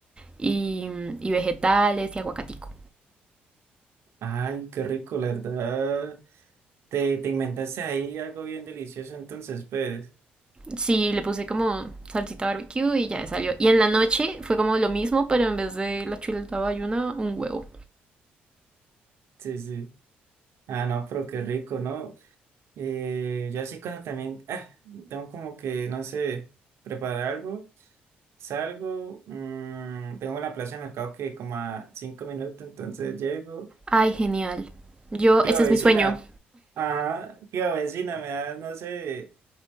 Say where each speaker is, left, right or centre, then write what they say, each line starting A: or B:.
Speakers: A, on the right; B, on the right.
A: y, y vegetales y aguacatico.
B: Ay, qué rico, la verdad. Te, te inventaste ahí algo bien delicioso, entonces, pues.
A: Sí, le puse como salsita barbecue y ya salió. Y en la noche fue como lo mismo, pero en vez de la chuleta bayuna, un huevo.
B: Sí, sí. Ah, no, pero qué rico, ¿no? Eh, yo así cuando también, ah, tengo como que, no sé, preparar algo, salgo, mm, tengo la plaza de mercado que como a cinco minutos, entonces llego.
A: Ay, genial. Yo,
B: ¿Qué
A: ese
B: va, vecina?
A: es mi sueño.
B: Ajá, ¿qué va, vecina? Me da, no sé.